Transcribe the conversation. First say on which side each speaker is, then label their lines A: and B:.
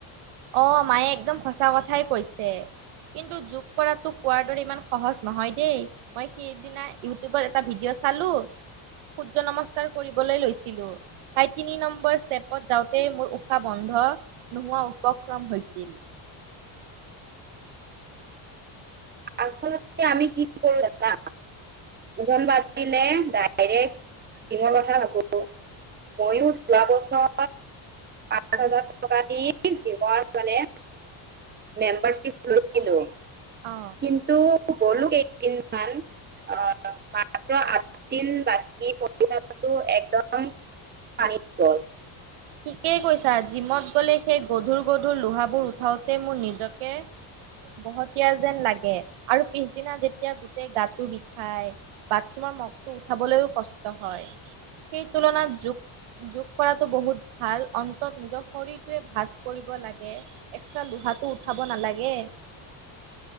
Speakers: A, on the right; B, on the right.
A: অ', মায়ে একদম সঁচা কথাই কৈছে কিন্তু যোগ কৰাটো কোৱাৰ দৰে ইমান সহজ নহয় দেই, মই সিদিনা ইউটিউবত এটা ভিডিঅ' চালো, সূৰ্য নমস্কাৰ কৰিবলৈ লৈছিলো তাই তিনি নম্বৰ ষ্টেপত যাওঁতে মোৰ উশাহ বন্ধ নোহোৱা উ উপক্ৰম হৈছিল।
B: আচলতে আমি কি কৰোঁ জানা ওজন বাঢ়িলে ডাইৰেক্ট জিমৰ কথা ভাবো ময়ো যোৱা বছৰ পাঁচ হাজাৰ টকা দি জিমৰ মানে মেম্বাৰিপ লৈছিলো।
A: অ'।
B: কিন্তু গ'লো কেইদিনমান আহ, মাত্ৰ আঠদিন বাকী পইচাটো একদম পানীত গ'ল।
A: ঠিকেই কৈছা, জিমত গ'লে সেই গধুৰ গধুৰ লোহাবোৰ উঠাওতে মোৰ নিজকে বহতীয়া যেন লাগে আৰু পিছদিনা যেতিয়া গোটেই গাটো বিষাই বাথৰুমৰ মগটো উঠাবলৈও কষ্ট হয় সেই তুলনাত যোগ, যোগ কৰাতটো বহুত ভাল অন্তত নিজৰ শৰীৰটোৱে ভাজ কৰিব লাগে এক্সট্ৰা লোহাটো উঠাব নালাগে।